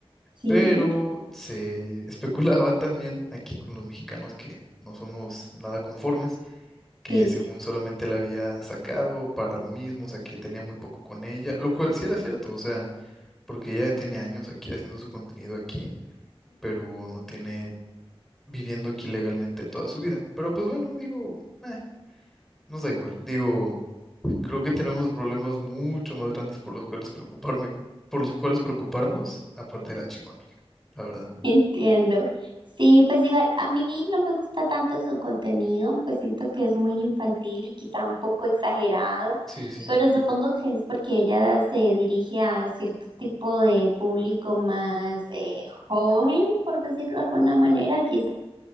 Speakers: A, on the right (about 55°); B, in the centre.
A: sí,
B: pero se especulaba también aquí con los mexicanos que no somos nada conformes, que
A: sí.
B: según solamente la había sacado para lo mismo, o sea, que tenía muy poco con ella, lo cual sí era cierto, o sea, porque ella tiene años aquí haciendo su contenido aquí, pero no tiene viviendo aquí legalmente toda su vida. Pero pues bueno, digo, eh, nos da igual, digo, creo que tenemos problemas mucho más grandes por los cuales preocuparme, por los cuales preocuparnos, aparte de la chingona, la verdad.
A: Entiendo. Sí, pues igual a mí no me gusta tanto su contenido, pues siento que es muy infantil y quizá un poco exagerado,
B: Sí, sí.
A: pero supongo que es porque ella se dirige a cierto tipo de público más eh, joven, por decirlo de alguna manera, quizá